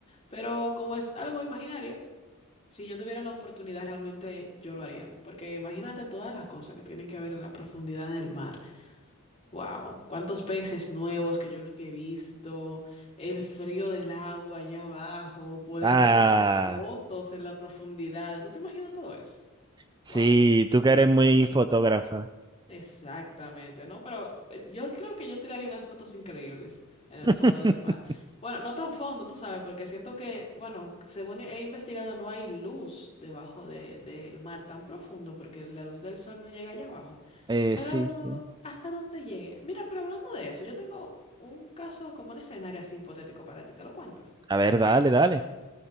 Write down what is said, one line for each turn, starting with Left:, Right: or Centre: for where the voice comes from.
Left: Pero como es algo imaginario, si yo tuviera la oportunidad, realmente yo lo haría, porque imagínate todas las cosas que tienen que ver en la profundidad del mar. Wow, cuántos peces nuevos que yo nunca he visto, el frío del agua allá abajo, poder
Right: Ah,
Left: tomar fotos en la profundidad. ¿Tú te imaginas todo eso?
Right: sí,
Left: Wow,
Right: tú que eres muy fotógrafa.
Left: exactamente, ¿no? Pero eh, yo creo que yo tiraría unas fotos increíbles en
Right: <laughs>
Left: el fondo del mar. Bueno, no tan fondo, tú sabes, porque siento que, bueno, según he investigado, no hay luz debajo de, del mar tan profundo, porque la luz del sol no llega allá abajo.
Right: Eh,
Left: Pero
Right: sí, sí.
Left: hasta dónde llegue. Mira, pero hablando de eso, yo tengo un caso como un escenario así hipotético para ti, te lo cuento.
Right: A ver, dale, dale.